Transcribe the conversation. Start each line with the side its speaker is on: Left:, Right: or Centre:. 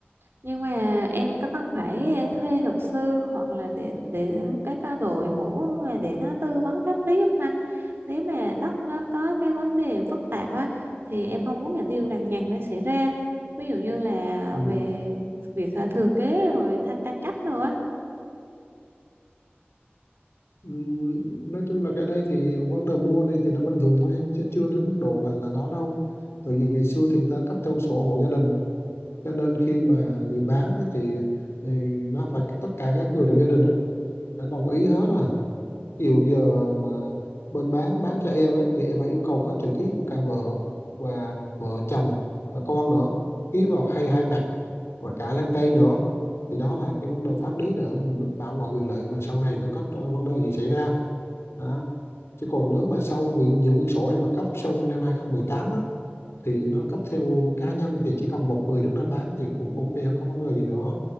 Right: Nhưng mà em có cần phải thuê luật sư hoặc là để để cái ca đội ngũ mà để nó tư vấn pháp lý không anh? Nếu mà đất nó có cái vấn đề phức tạp á thì em không muốn những điều lằng nhằng nó xảy ra. Ví dụ như là
Left: Ừ,
Right: về việc à, thừa kế rồi thắc tranh chấp nữa. á.
Left: Ừm, nói chung là cái đây thì vấn đề mua đây thì nó bình thường thôi em chứ chưa đến mức độ là là đó đâu tại vì ngày xưa thì người ta cấp theo sổ hộ gia đình cho nên khi mà người bán á thì, thì nó phải tất cả các người trong gia đình đã đồng ý hết à ví dụ giờ mà bên bán bán cho em ấy thì em phải yêu cầu có chữ ký của cả vợ và vợ chồng và con nữa ký vào hai hai mặt và cả lan tay nữa thì đó là cái vấn đề pháp lý để mình bảo vệ quyền lợi mình sau này nó có vấn đề gì xảy ra đó chứ còn nếu mà sau quyển nhiều quyển sổ em mà cấp sau năm 2018 á thì nó cấp theo cá nhân thì chỉ cần một người đứng ra bán thì cũng ok không có vấn đề gì nữa hết